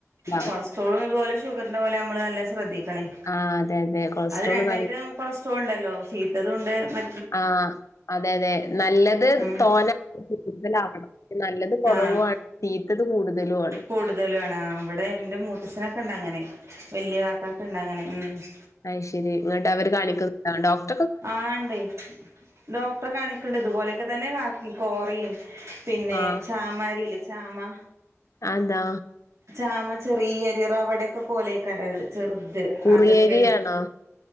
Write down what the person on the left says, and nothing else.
ആഹ്
ആഹ് അതെ അതെ. കൊളസ്ട്രോൾ
നല്ല
ആഹ് അതെ അതെ നല്ലത്
തോനേ കൂടുതല ആക്കണം. നല്ലത് കൊറവു
ആ തീത്തത് കൂടുതലും. ആണ്
അയ് ശരി ന്ന്ട്ട് അവര് കാണിക്കുന്ന <unintelligible> ഡോക്
ആഹ്
അന്താ?
കുറിയരിയാണോ